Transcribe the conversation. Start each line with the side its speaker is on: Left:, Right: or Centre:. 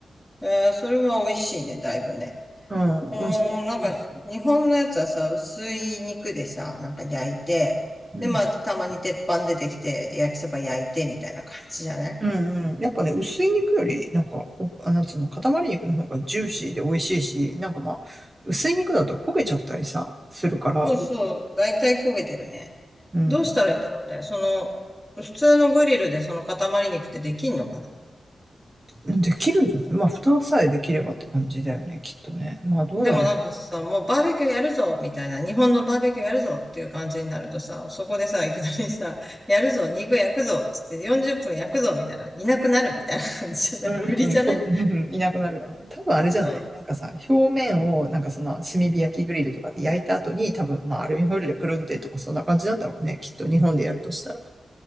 Centre: えーそれは美味しいね、だいぶね。
Right: うん、
Centre: あーなんか、
Right: 美味しい。美味しい。
Centre: 日本のやつはさ、薄い肉でさ、なんか焼いて、
Right: うん。
Centre: で、まあ、たまに鉄板出てきて、焼きそば焼いて、みたいな感じじゃない
Right: うんうん。やっぱね、薄い肉より、なんか、お、あ、なんつうの、塊肉の方がジューシーで美味しいし、なんかまあ、薄い肉だと焦げちゃったりさ、するから、
Centre: そうそう、だいたい焦げてるね。
Right: うん。
Centre: どうしたらいいんだろうね。その、普通のグリルでその塊肉ってできんのかな
Right: できるんじゃないまあ、蓋さえできればって感じだよね、きっとね。まあ、どうなんだ
Centre: でもなんかさ、もうバーベキューやるぞみたいな、日本のバーベキューやるぞっていう感じになるとさ、そこでさ、いきなりさ、やるぞ、肉焼くぞっつって40分焼くぞみたいな、いなくなるみたいな感じじゃない無理じゃね
Right: うんうん、こ、うんいなくなるだろうな。多分あれじゃないなんかさ、
Centre: うん。
Right: 表面を、なんかその、炭火焼きグリルとかで焼いた後に、多分、まあ、アルミホイルでくるんでとか、そんな感じなんだろうね。きっと、日本でやるとしたら。